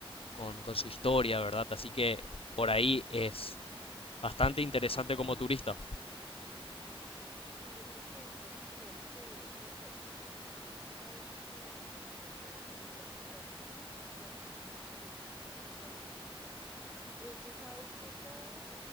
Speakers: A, on the left; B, in the centre.
A: con, con su historia, ¿verdad? Así que por ahí es bastante
B: Total.
A: interesante como turista.
B: Sí, sí. Sí, yo creo que es lo primero que debes hacer, como ir a ese lugar y encontrar cuáles son sus platos más típicos y tradicionales. De hecho, ¿sabes qué he probado?